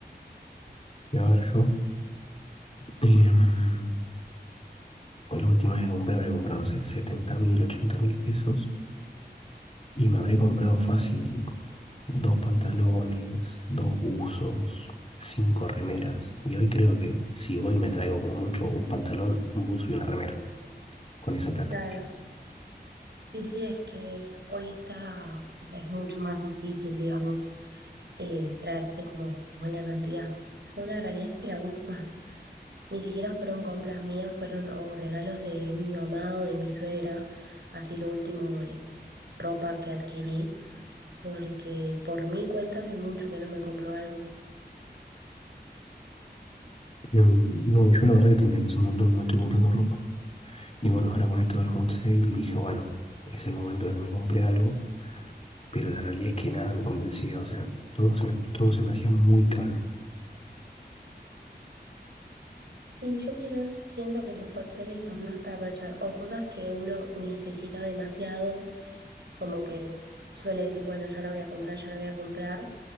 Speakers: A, on the left (about 35°); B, on the right (about 80°).
A: Y a ver, yo, em, con la última vez que compré, habré comprado, no sé, setenta mil, ochenta mil pesos y me habré comprado fácil dos pantalones, dos buzos, cinco remeras. Y hoy creo que si voy me traigo como mucho un pantalón, un buzo y una remera con esa plata.
B: Claro. Sí, sí, es que hoy está, o sea, es mucho más difícil, digamos, eh, traerse como buena cantidad. Yo la realidad es que la última Ni siquiera fueron compras mías, fueron o regalos de mi mamá o de mi suegra, así lo último de ropa que adquirí, porque por mi cuenta hace mucho que no me compro algo.
A: Mm, No, yo la verdad que también hace un montón no me estoy comprando ropa. Y bueno, ahora con esto del home sale dije, bueno, es el momento de que me compre algo, pero la realidad es que nada me convencía, o sea, todo se me, todo se me hacía muy caro.
B: Y yo quizás siento que los hot sales están más para aprovechar o cosas que uno necesita demasiado, como que suele decir, bueno, ya la voy a comprar, ya la voy a comprar.